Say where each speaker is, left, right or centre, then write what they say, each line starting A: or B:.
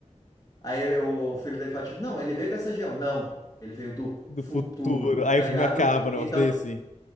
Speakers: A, on the left (about 30°); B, on the left (about 80°).
A: Aí o filho dele fala, tipo, não, ele veio dessa região. Não, ele veio do
B: Do
A: futuro,
B: futuro. Aí
A: tá
B: o filme
A: ligado?
B: acaba, um
A: Então,
B: negócio desse.